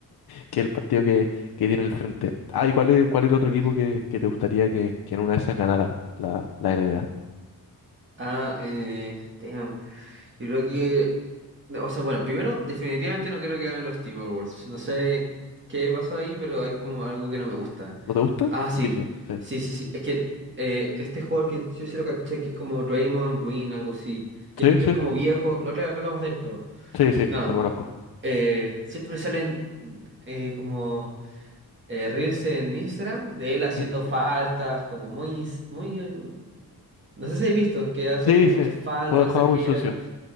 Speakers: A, on the left; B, on the right.
A: que el partido que, que tiene el frente. Ah, ¿y cuál es, cuál es el otro
B: Uf.
A: equipo que, que te gustaría que, que en una de esas ganara la, la NBA?
B: Ah, eh, damn. Yo creo que. no, O sea, bueno, primero, definitivamente no quiero que ganen los Timberwolves. No sé qué pasó ahí, pero hay como algo que no me gusta.
A: ¿No te gusta?
B: Ah, sí.
A: Brigio, sí.
B: Sí, sí, sí. Es que eh, este jugador que yo sí lo caché, que es como Draymond Green, algo así. Que
A: Sí,
B: es, que
A: sí,
B: es como viejo. La otra vez hablamos de esto.
A: sí, sí,
B: Nada.
A: lo conozco.
B: eh, siempre salen eh, como eh, reels en Instagram de él haciendo
A: Sí,
B: faltas, como muy. muy eh, no sé si he visto, que hace
A: sí,
B: como
A: sí,
B: muchas faltas,
A: juega, juega
B: exagera.
A: muy sucio.